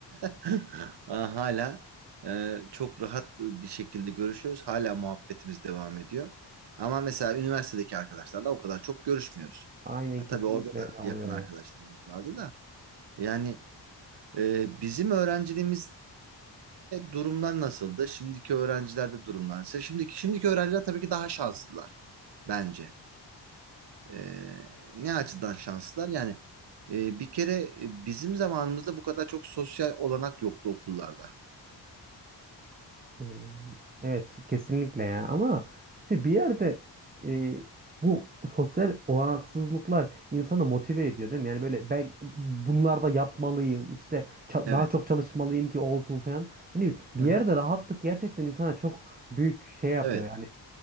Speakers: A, on the right; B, on the right.
A: <laughs> hala e, çok rahat bir şekilde görüşüyoruz. Hala muhabbetimiz devam ediyor. Ama mesela üniversitedeki arkadaşlarla o kadar çok görüşmüyoruz.
B: Aynen
A: Ya,
B: kesinlikle
A: tabii orada da
B: öyle oluyor
A: yakın arkadaşlarımız
B: yani.
A: vardı da. Yani e, bizim öğrenciliğimizde durumlar nasıldı? Şimdiki öğrencilerde durumlar nasıl? Şimdiki, şimdiki öğrenciler tabii ki daha şanslılar bence. Ee, ne açıdan şanslılar? Yani e, bir kere e, bizim zamanımızda bu kadar çok sosyal olanak yoktu okullarda.
B: Ee, Evet kesinlikle ya ama işte bir yerde e, bu sosyal olanaksızlıklar insanı motive ediyor değil mi? Yani böyle ben bunlarda yapmalıyım işte ça-
A: Evet.
B: daha çok çalışmalıyım ki olsun falan. Yani bir
A: Hı hı.
B: yerde rahatlık gerçekten insana çok büyük şey yapıyor
A: Evet.
B: yani